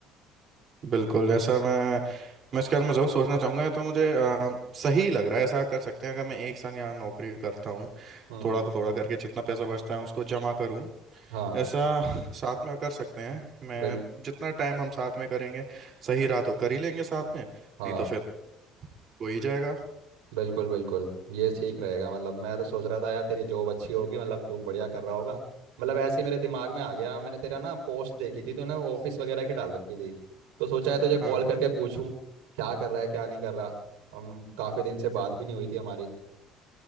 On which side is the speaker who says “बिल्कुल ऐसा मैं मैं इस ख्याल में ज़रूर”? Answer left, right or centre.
Right